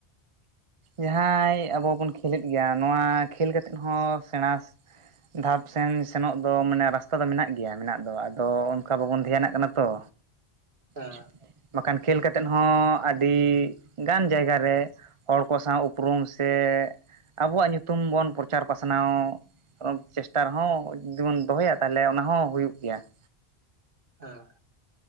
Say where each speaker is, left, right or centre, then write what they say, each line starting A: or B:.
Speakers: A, on the right; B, on the right.
A: ᱡᱟᱦᱟᱸᱭ ᱟᱵᱚ ᱵᱚᱱ ᱠᱷᱮᱞᱮᱫ ᱜᱮᱭᱟ ᱱᱚᱣᱟ ᱠᱷᱮᱞ ᱠᱟᱛᱮᱜ ᱦᱚᱸ ᱥᱮᱸᱬᱟ ᱫᱷᱟᱯ ᱥᱮᱱ ᱥᱮᱱᱚᱜ ᱫᱚ ᱢᱟᱱᱮ ᱨᱟᱥᱛᱟ ᱫᱚ ᱢᱮᱱᱟᱜ ᱜᱮᱭᱟ ᱢᱮᱱᱟᱜ ᱫᱚ ᱟᱫᱚ ᱚᱱᱠᱟ ᱵᱟᱵᱚᱱ ᱫᱷᱮᱭᱟᱱᱟᱜ ᱠᱟᱱᱟ ᱛᱚ
B: ᱦᱮᱸ
A: ᱦ <inaudible> ᱵᱟᱠᱷᱟᱱ ᱠᱷᱮᱹᱞ ᱠᱟᱛᱮ ᱦᱚᱸ ᱟᱹᱰᱤ ᱜᱟᱱ ᱡᱟᱭᱜᱟ ᱨᱮ ᱦᱚᱲ ᱠᱚ ᱥᱟᱶ ᱩᱯᱨᱩᱢ ᱥᱮ, ᱟᱵᱚᱣᱟᱜ ᱧᱩᱛᱩᱢ ᱵᱚᱱ ᱯᱨᱚᱪᱟᱨ ᱯᱟᱥᱱᱟᱣ ᱪᱮᱥᱴᱟ ᱨᱮᱦᱚᱸ ᱡᱩᱫᱤ ᱵᱚᱱ ᱫᱚᱦᱚᱭᱟ, ᱛᱟᱦᱚᱞᱮ ᱚᱱᱟ ᱦᱚᱸ ᱦᱩᱭᱩᱜ ᱜᱮᱭᱟ ᱾
B: ᱦᱮᱸ ᱾